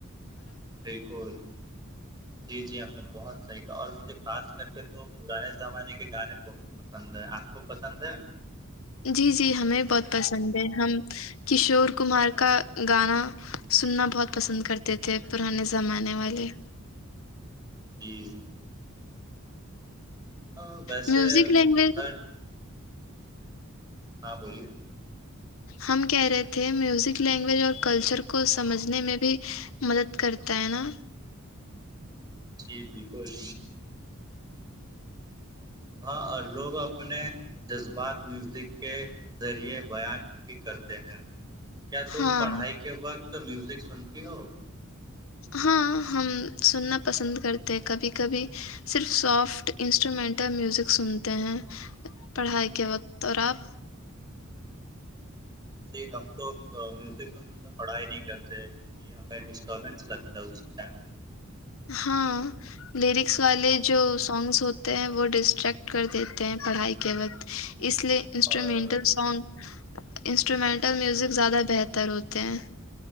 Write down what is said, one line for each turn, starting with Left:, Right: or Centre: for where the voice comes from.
Right: بالکل جی جی آپ نے بہت صحیح کہا اور مجھے خاص کر کے تو پرانے زمانے کے گانے بہت پسند ہے آپ کو پسند ہے
Left: جی جی ہمیں بہت پسند ہے ہم کشور کمار کا گانا سننا بہت پسند کرتے تھے پرانے زمانے والے
Right: چیز ہاں ویسے
Left: میوزک لگوج
Right: ہر ہاں بولیے
Left: ہم کہہ رہے تھے میوزک لینگویج اور کلچر کو سمجھنے میں بھی مدد کرتا ہے نا
Right: جی بالکل ہاں اور لوگ اپنے جذبات میوزک کے ذریعے بیان بھی کرتے ہیں کیا تم
Left: ہاں
Right: پڑھائی کے وقت میوزک سنتی ہو
Left: ہاں ہم سننا پسند کرتے ہیں کبھی کبھی صرف سافٹ انسٹرومینٹل میوزک سنتے ہیں پڑھائی کے وقت اور آپ
Right: س ہم تو میزک وزک تو پڑھائی نہیں کرتے ہیں ہمیں ڈسٹربینس لگتا ہے اس ٹائم
Left: ہاں لیرکس والے جو سانگس ہوتے ہیں وہ ڈسٹریکٹ کر دیتے ہیں پڑھائی کے وقت اس لیے انسٹرومینٹل
Right: اور
Left: سانگ انسٹرومینٹل میوزک زیادہ بہتر ہوتے ہیں